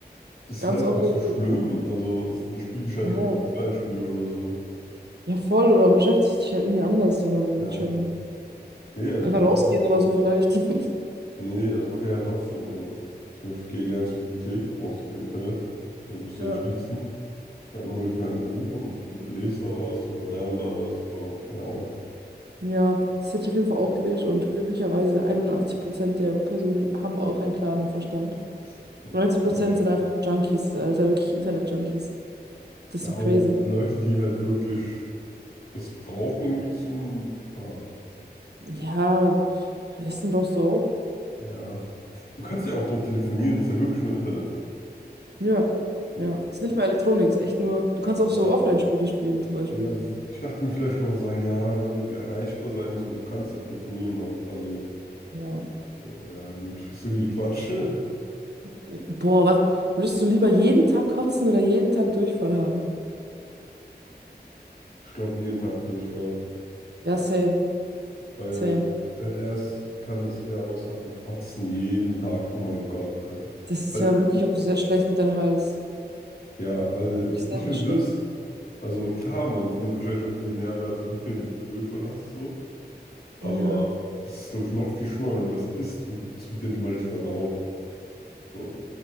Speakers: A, on the left (about 60°); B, on the right (about 75°).
A: Ist
B: ganz
A: halt
B: obvious.
A: nicht so schlimm, also, ist, dann spiele ich halt
B: Ja.
A: einfach Offline-Spiele oder so.
B: Ja, voll, oder man beschäftigt sich halt irgendwie anders und man
A: Ja,
B: wird schon
A: nee, also,
B: einfach rausgehen
A: also,
B: oder so vielleicht. <laughs>
A: nee, also man kann ja trotzdem, also, zum Beispiel, ich gehe ich gerne zur Bibliothek, da brauchst du kein Internet, also musst
B: Ja.
A: du ja nicht nutzen. Dann hole ich mir halt ein Buch und l- lese da was oder lerne da was, so, keine Ahnung.
B: Ja, das hätte ich auf jeden Fall auch gewählt und glücklicherweise 81 Prozent der Personen haben auch einen klaren Verstand.
A: Ist voll
B: neunzig Prozent
A: Quatsch.
B: sind einfach Junkies, Alter, wirklich Internet-Junkies. Das
A: Ja,
B: ist doch
A: oder
B: crazy.
A: Leute, die halt wirklich das brauchen irgendwie zum. Aber
B: Ja, Essen brauchst du auch.
A: ja, du kannst ja auch dort telefonieren, das ist ja wirklich nur Internet.
B: Ja,
A: So,
B: ja. Ist nicht mal Elektronik, ist echt nur. Du kannst auch
A: ja.
B: so Offline-Spiele spielen, zum Beispiel.
A: Nee, also ich dachte mir, vielleicht kann man sagen, ja, man irgendwie erreichbar sein muss, aber du kannst ja telefonieren noch. Also,
B: Ja.
A: so, ja, gut, ist irgendwie Quatsch. <laughs>
B: Ja, Boah, was? Würdest du lieber jeden Tag kotzen oder jeden Tag Durchfall haben?
A: Ich glaube, jeden Tag Durchfall,
B: Ja, same,
A: weil
B: same.
A: wenn er es kann, das eher aushalten und kotzen jeden Tag. Oh mein Gott, Alter.
B: Das ist
A: Weil,
B: ja wirklich auch sehr schlecht für deinen Hals.
A: ja, weil
B: Das ist wirklich sehr,
A: nicht
B: sehr
A: nur
B: schlecht.
A: das, also klar, man verliert wahrscheinlich auch viele Nährwerte, <laughs> indem du Durchfall hast, so. Aber
B: Ja.
A: es ist, glaube ich, noch viel schlimmer, wenn du was isst und das wird dir nicht mal richtig verdaut. So.